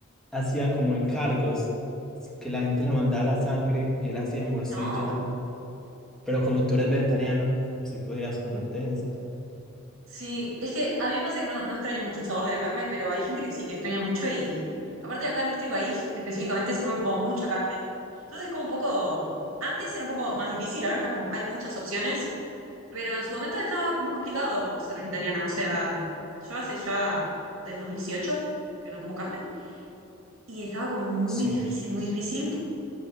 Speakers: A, in the centre; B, on the right.
A: hacía como encargos, que la gente le mandaba la sangre y él hacía morcilla,
B: No,
A: pero como tú eres vegetariana, sí podrías comerte esa.
B: sí, es que a mí me pasa que no, no extraño mucho el sabor de la carne, pero hay gente que sí, que extraña mucho y, y aparte acá en este país específicamente se come como mucha carne. Entonces como un poco, antes era un poco más difícil, ahora está como, hay muchas opciones Pero en su momento estaba muy complicado ser vegetariana. O sea, yo hace ya desde 2018 que no como carne y estaba como muy
A: Sí,
B: difícil, muy difícil.